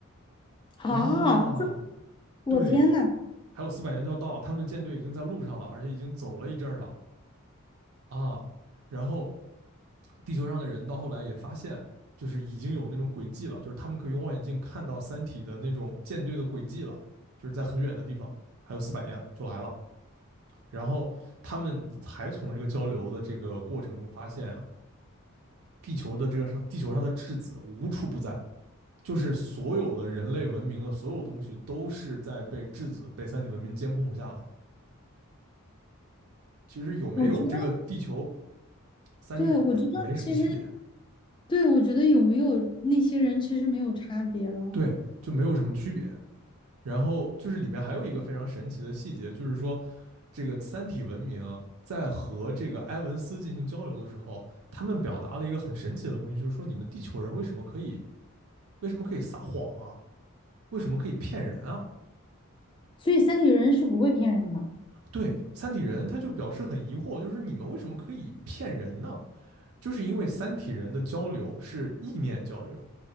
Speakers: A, on the left; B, on the right.
A: 啊，
B: 啊，
A: 我的天呐！
B: 对，还有四百年就要到了，他们的舰队已经在路上了，而且已经走了一阵儿了啊，然后地球上的人到后来也发现。就是已经有那种轨迹了，就是他们可以用望远镜看到三体的那种舰队的轨迹了，就是在很远的地方，还有四百年就来了。然后他们才从这个交流的这个过程中发现啊，地球的这个上地球上的质子无处不在，就是所有的人类文明的所有东西都是在被质子、被三体文明监控下的。其实有没有这个地球
A: 我觉。
B: 三体组织没什么区别，
A: 对，我觉得其实，对，我觉得有没有那些人其实没有差别了。
B: 对，就没有什么区别。然后就是里面还有一个非常神奇的细节，就是说，这个三体文明在和这个埃文斯进行交流的时候，他们表达了一个很神奇的东西，就是说你们地球人为什么可以为什么可以撒谎啊？为什么可以骗人啊？
A: 所以三体人是不会骗人的，
B: 对，三体人他就表示很疑惑，就是你们为什么可以骗人呢？就是因为三体人的交流是意念交流，